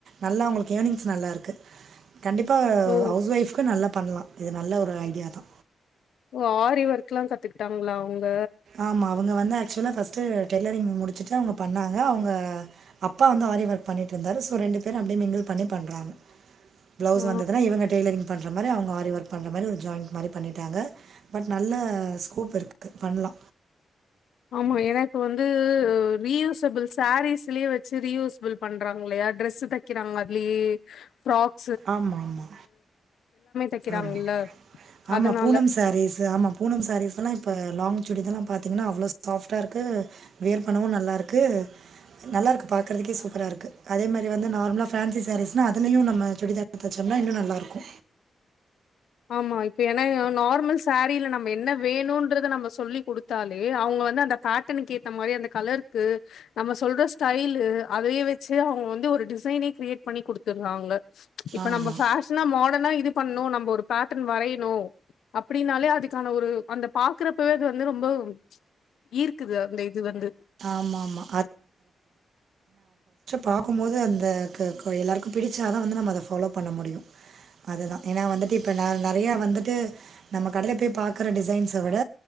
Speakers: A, on the right (about 70°); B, on the left (about 85°).
A: நல்லா அவங்களுக்கு ஏர்னிங்ஸ் நல்லா இருக்கு கண்டிப்பா
B: ஓ
A: ஹவுஸ் ஒய்ஃப்க்கு நல்ல பண்லா இது நல்ல ஒரு ஐடியா தா
B: ஓ ஆரி ஒர்க்கெல்லா கத்துக்கிட்டாங்களா அவங்க
A: ஆமா அவுங்க வந்து ஆக்சுலா ஃபஸ்ட்டு டெய்லரிங் முடிச்சுட்டு அவுங்க பண்ணாங்க அவூங்க அப்பா வந்து ஆரி ஒர்க் பண்ணிட்டிருந்தாரு சோ ரெண்டு பேரு அப்படியே மிங்கிள் பண்ணி பண்றாங்க பிளௌஸ்
B: ஆ
A: வந்ததுனா இவங்க டெய்லரிங் பண்றா பண்ற மாரி அவுங்க ஆரி ஒர்க் பண்ற மாரி ஒரு ஜாய்ன்ட் மாரி பண்ணிட்டாங்க பட் நல்ல ஸ்கோப் இருக்கு பண்லா
B: ஆமா எனக்கு வந்து ரீயூசபெல் சாரீஸ்லயே வெச்சு ரீயூசபெல் பண்றாங்கில்லயா டிரஸ்ஸு தைக்கிறாங்க அதுலயே ஃப்ராக்
A: ஆமாமா
B: தைக்கிறாங்கல்ல
A: ஆமா ஆமா
B: அதனால
A: பூனம் சாரீஸ்ஸு ஆமா பூனம் சாரீஸ் எல்லா இப் ப லாங் சுடி இதெல்லா பாத்திங்கன்னா அவ்ளோ சாஃப்டாக இருக்கு வேர் பண்ணவு நல்லா இருக்கு நல்லாருக்கு பார்க்குறதுக்கே சூப்பரா இருக்கு அதே மாரி வந்து நார்மலா ஃபேன்சி சாரீஸ்னா அதுலயு நம்ம சுடிதார் குடுத்து தெச்சோம்னா இன்னு நல்லா இருக்கு
B: ஆமா இப்ப ஏன்னா நார்மல் சாரீல நம்ம என்ன வேணுன்றத நம்ம சொல்லி்குடுத்தாலே அவுங்க வந்து அந்த பேட்டனுக்கு ஏத்த மாரி அந்த கலருக்கு நம்ம சொல்ற ஸ்டைலு அதைய வெச்சு அவுங்க வந்து ஒரு டிசைனே கிரியேட் பண்ணி குடுத்துர்றாங்க ஸ் ப்ச் இப்ப
A: ஆமா.
B: நம்ம ஃபேஷனா மாடனா இது பண்ணு நம்ப ஒரு பேட்டர்ன் வரையணு அப்டின்னாலே அதுக்கான ஒரு அந்த பாக்குறப்பவே அது வந்து ரொம்ப ச் ஈர்க்குது அந்த இது வந்து
A: ஆமாமா. பாக்கும்போது அந்த க கோ எல்லார்க்கு பிடிச்சாதா வந்து நம்ம அத ஃபாலோ பண்ண முடியு அதுதா ஏன்னா வந்துட்டு இப்ப நா நெறயா வந்துட்டு நம்ம கடைல போய் பாக் க்குற டிசைன்ஸ விட